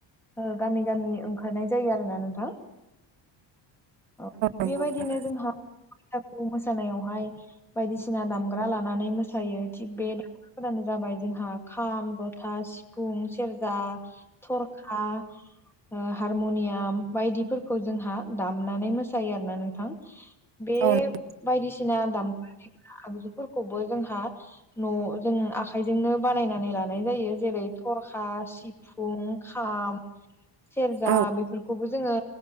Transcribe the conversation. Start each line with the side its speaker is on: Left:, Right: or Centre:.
Centre: ओ गामि गामि ओंखारनाय जायो आरोना नोंथां औ
Right: नंगौ
Centre: बेबायदिनो
Right: नोंथां
Centre: जोंहा बैसागुखौ मोसानायावहाय बायदिसिना दामग्रा लानानै मोसायो थिग बे दामग्राफोरानो जाबाय जोंहा खाम जथा सिफुं सेरजा थरखा ओ हारमुनियाम बायदिफोरखौ जोंहा दामनानै मोसायो आरोना नोंथां बे
Right: औ
Centre: बायदिसिना दामग्रा देग्रा आगजुफोरखौबो जोंहा न' जों आखाइजोंनो बानायनानै लानाय जायो जेरै थरखा सि फुं खाम सेरजा
Right: औ
Centre: बेफोरखौबो जोङो